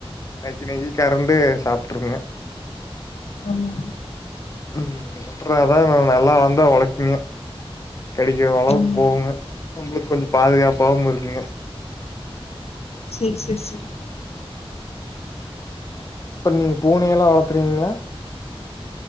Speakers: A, on the left; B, on the left.
A: நக்கி நக்கி கறண்டு சாப்பட்டுருங்க
B: ஆமா
A: உம் அப்புறம் அதான்நல்லா வந்தா உலைக்குங்க கிடைக்கிற அளவுக்கு
B: ஆமாமா
A: போகுங்க நம்மளுக்கு கொஞ்சம் பாதுகாப்பாவும் இருக்குங்க
B: சரி சரி சரி
A: இப்ப நீங்க பூனை எல்லாம் வளர்த்துறீங்களா